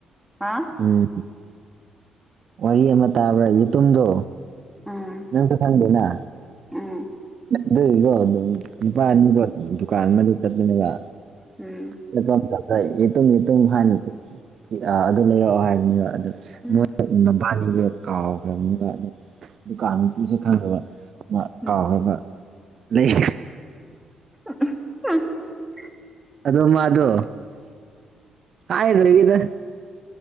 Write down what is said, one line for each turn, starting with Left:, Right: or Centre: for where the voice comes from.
Centre: ꯍꯥ
Right: ꯎꯝ ꯋꯥꯔꯤ ꯑꯃ ꯇꯥꯕ꯭ꯔꯥ ꯌꯦꯇꯨꯝꯗꯣ
Centre: ꯎꯝ
Right: ꯅꯪꯁꯨ ꯈꯪꯗꯦꯅ
Centre: ꯎꯝ
Right: ꯑꯗꯨꯏꯗꯣ ꯅꯨꯄꯥ ꯑꯅꯤ <unintelligible> ꯗꯨꯀꯥꯟ ꯑꯃꯗ ꯆꯠꯃꯤꯟꯅꯕ
Centre: ꯎꯝ
Right: <unintelligible> ꯌꯦꯇꯨꯝ ꯌꯦꯇꯨꯝ ꯍꯥꯏꯅ <unintelligible> ꯑꯗꯨ ꯂꯩꯔꯛꯑꯣ ꯍꯥꯏꯕꯅꯤꯕ <unintelligible>
Centre: ꯎꯝ
Right: ꯃꯣꯏ ꯃꯕꯥꯅꯤꯁꯦ ꯀꯥꯎꯈ꯭ꯔꯕꯅꯤꯕ ꯑꯗꯨ ꯗꯨꯀꯥꯟ ꯃꯄꯨꯁꯦ ꯈꯪꯈ꯭ꯔꯕ <unintelligible>
Centre: ꯎꯝ
Right: ꯀꯥꯎ꯭ꯔꯕ ꯂꯩ
Centre: <unintelligible>
Right: ꯑꯗꯣ ꯃꯥꯗꯣ ꯍꯥꯏꯔꯣꯏꯒꯦꯗ